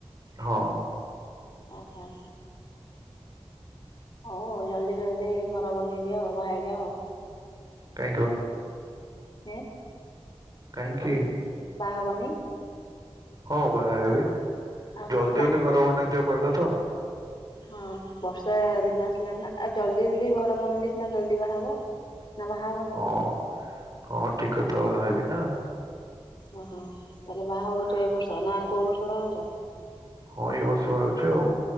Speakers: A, on the right; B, on the left.
A: ହଁ
B: ଅ ହଁ। ହଉ ଆଉ ଜଲଦି ଜଲଦି ଘର ବନେଇ ଦିଅ ବାହାହେଇ ଯାଅ।
A: କାଇଁ କ?
B: ହେଁ?
A: କହିଁକି?
B: ବାହା ହବନି?
A: ହଁ ବାହା ହେବି,
B: ଆଉ
A: ଜଲ୍ଦି
B: ପୁଣି କାହିଁ
A: ଜଲଦି ଘର ବନେଇ ଦିିଅ କହିଲ ତ।
B: ହଁ ବର୍ଷା ଦିନ ଆସିଲାଣି ନା। ଆଉ ଜଲଦି ଜଲଦି ଘର ବନେଇଲେ ସିନା ଜଲଦି ବାହା ହବ। ନା ବାହା ହବନି
A: ହଁ, ହଁ ଠିକ କଥା ବା ହେବି ନା।
B: ଓହୋ ତାହେଲେ ବାହା ହଉଛ ଏ ବର୍ଷ ନା କୋଉ ବର୍ଷ ବାହା ହଉଛ?
A: ହଁ ଏଇ ବର୍ଷ ବା ହଉଚି ଆଉ।